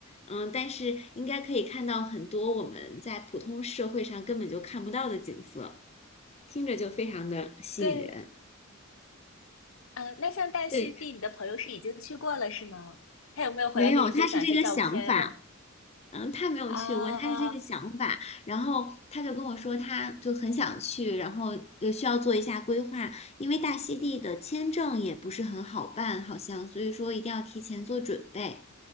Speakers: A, on the left; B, on the left.
A: 嗯，但是应该可以看到很多我们在普通社会上根本就看不到的景色，听着就非常的吸引人。
B: 对，呃，那像大溪地，
A: 对，
B: 你的朋友是已经去过了是吗？他有没有回来跟你分享一些照片啊？
A: 没有，他是这个想法。嗯，他没有去过，
B: 啊，
A: 他是这个想法，然后他就跟我说，他就很想去，然后呃需要做一下规划，因为大溪地的签证也不是很好办，好像，所以说一定要提前做准备。